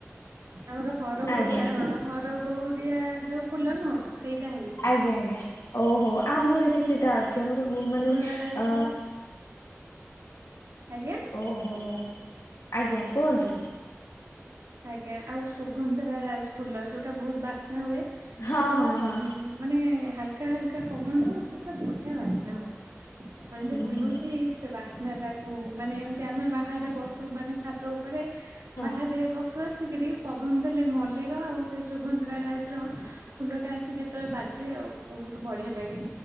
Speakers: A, on the right; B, on the left.
A: ଆମର ହରଗୋରୁଆ
B: ଆଜ୍ଞା
A: ହଁ ହର ଗୋରିଆ ଯୋଉ ଫୁଲ ନୁହଁ ସେଇଟା ହେଇଛି।
B: ଆଜ୍ଞା ଆଜ୍ଞା ଓହୋ ଆମର ବି ସେଇଟା ଅଛି ଆମର ବହୁ ମାନେ
A: ସୁଗନ୍ଧରାଜ
B: ଅ
A: ଫୁଲ ଆଜ୍ଞା
B: ଓହୋ ଆଜ୍ଞା କୁହନ୍ତୁ।
A: ଆଜ୍ଞା ଆଉ ସୁଗନ୍ଧରା ରାଜ ଫୁଲ ଯୋଉଟା ବହୁତ ବାସି ହୁଏ
B: ହଁ
A: ସେଟା
B: ହଁ
A: ଗୁଡା
B: ହଁ
A: ମାନେ ହାଲକା ହାଲକା ପବନ ଦ ପୁରା ବଢିଆ ବାସ୍ନା ହଉଛି ମୁଁ ଏମିତି
B: ହୁଁ
A: ବୁଲୁଛି
B: ହୁଁ ହୁଁ
A: ସେ ବାସ୍ନା ଟାକୁ ମାନେ ଆମେ ବାହାରେ ବସୁ ମାନେ ଖାତ ଉପରେ
B: ହଁ
A: ବାହାରେ ବସୁ ଆସିକରି ପବନ ଦେଲେ ମଲ୍ଲୀର ଆଉ ସେ ସୁଭଧ୍ରା ରାଜଜ ର ଫୁଲଟା ଆସି ଯେତେବେଳେ ବାଜେ ଆଉ ବହୁତ ବଢିଆ ଲାଗେ